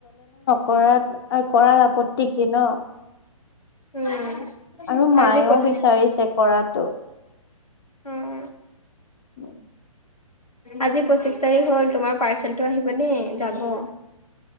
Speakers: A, on the left; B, on the left.
A: কৰা অ কৰাত আপত্তি কি ন?
B: উম
A: আৰু মায়েও
B: আজি পচিশ
A: বিচাৰিছে কৰাটো।
B: উম
A: উম <unintelligible>
B: আজি পঁচিশ তাৰিখ হ'ল তোমাৰ পাৰ্চেলটো আহিব দেই যাব উ <unintelligible>